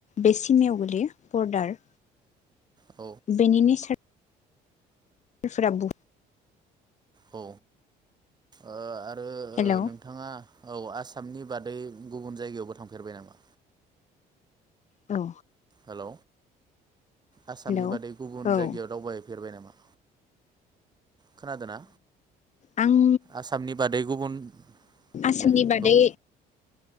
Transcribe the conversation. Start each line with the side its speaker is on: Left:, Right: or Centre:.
Left: बे सिमायाव गोलैयो बरडार।
Right: अ।
Left: बेनि नेसार। ओ फोरा बु
Right: औ ओ ओ ओ
Left: हेलौ
Right: नोंथाङा औ आसामनि बादै गुबुन जायगायावबो थांफेरबाय नामा?
Left: औ
Right: हेलौ
Left: हेलौ
Right: आसामनि
Left: औ
Right: बादै गुबुन
Left: औ
Right: जायगायाव दावबाय फेरबाय नामा? खोनादोंना
Left: आं
Right: आसामनि बादै गुबुन
Left: आसामनि
Right: दे
Left: बादै
Right: बुं